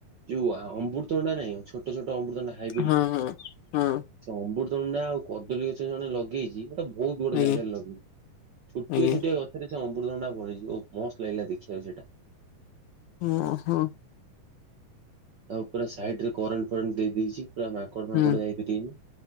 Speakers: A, on the right (about 55°); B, on the left (about 75°).
A: ଯୋଉ ଆ ଅମୃତଭଣ୍ଡା ନାଇଁ, ଛୋଟ ଛୋଟ ଅମୃତଭଣ୍ଡା ହାଇବ୍ରିଡ୍
B: ହଁ-ହଁ-ହଁ।
A: ସେ ଅମୃତଭଣ୍ଡା ଆଉ କଦଳୀ ଗଛ ଜଣେ ଲଗେଇଛି ସେଟା ବହୁତ ବଡ
B: ଆଜ୍ଞା
A: ଜାଗାରେ ଲଗେଇଚି। ଛୋଟିଆ
B: ଆଜ୍ଞା
A: ଛୋଟିଆ ଗଛ ଛରେ ସେ ଅମୃତଭଣ୍ଡା ଫଳିଛି। ଓଃ ମସ୍ତ ଲାଗିଲା ଦେଖିଆକୁ ସେଇଟା।
B: ଅଁ ହଁ।
A: ଆଉ ପୁରା ସାଇଡରେ କରେଣ୍ଟ ଫରେଣ୍ଟ ଦେଇ ଦେଇଛି, ପୁରା ମାଙ୍କଡ ଫାଙ୍କଡ
B: ହୁଁ
A: ଯାଇପା ରିବେନି,